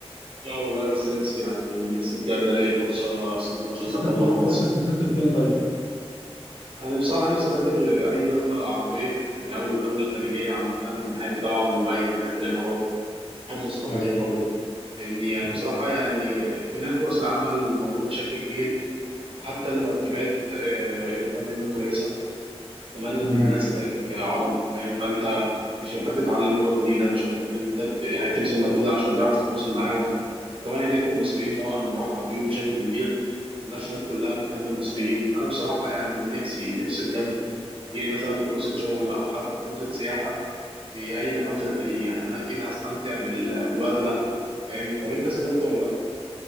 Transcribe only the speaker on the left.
نفسك
تروح-
نفسك تسافر فين طيب
ايوه
تمام
تمام